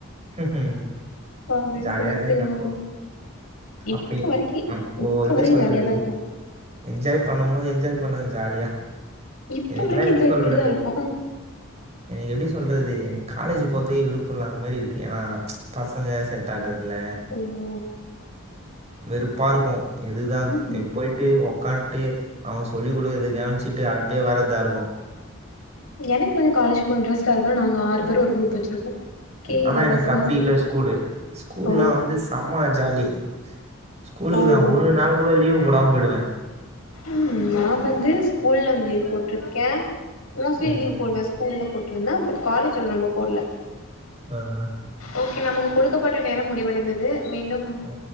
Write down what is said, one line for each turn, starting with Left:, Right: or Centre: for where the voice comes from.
Right: ம்
Left: அப்டின்னு
Right: ஜாலியா
Left: சொல்லி
Right: இருந்தீங்க
Left: திரும்பவு
Right: அப்போ
Left: இப்ப
Right: அப்ப
Left: வரக்கீ
Right: அப்போ
Left: இப்ப
Right: எப்டி
Left: வரையு
Right: சொல்றது
Left: ஜாலியாதாருக்கோ
Right: என்ஜாய் பண்ணும் போது என்ஜாய் பண்ணுங்க ஜாலியா
Left: இப்ப
Right: எனக்கெல்லா
Left: வரைக்கு
Right: எப்டி
Left: என்ஜாய்
Right: சொல்றது
Left: பண்ணிட்டு தா இருக்கோ
Right: எனக்கு எப்டி சொல்றது எனக்கு காலேஜ் போற்தே விருப்போ இல்லாத மாரி இருக் ஏன்னா பசங்க செட் ஆகுறதில்ல
Left: உம்
Right: வெறுப்பாருக்கும் எதுதான்
Left: ம்
Right: போயிட் ட்டு உக்கான்ட்டு அவ்ங்க சொல்லி் கொடுக்றத கவனிச்சுட்டு அப்டியே வர்றதா ருக்கும்
Left: எனக்கு வந்து காலேஜ் போக இன்ட்ரெஸ்டா இருக்குன்னா நாங்க ஆறு பேர் ஒரு குரூப் வச்சிருக்கோ கே
Right: ஆனா
Left: லவர்ஸ்னு
Right: எனக்கு அப்டி இல்ல ஸ்கூலு ஸ்கூல்லாம்
Left: ஓ
Right: வந்து சம்ம ஜாலி ஸ்கூலுக்கு
Left: ஓ
Right: நா ஒரு நாள் கூட லீவு போடாம போயிடுவே
Left: உம் நா வந்து ஸ்கூல்ல வந்து லீவ் போட்டிருக்கே மோஸ்ட்லி
Right: ம்
Left: லீவ்
Right: ம்
Left: போடுவே கூல்ல போட்டுருந்தே பட் காலேஜ்ல ரொம்ப போடல
Right: அ அ
Left: ஓகே நமக்கு குடுக்கப்பட்ட நேரம் முடிவடைந்தது மீண்டும்
Right: ஆ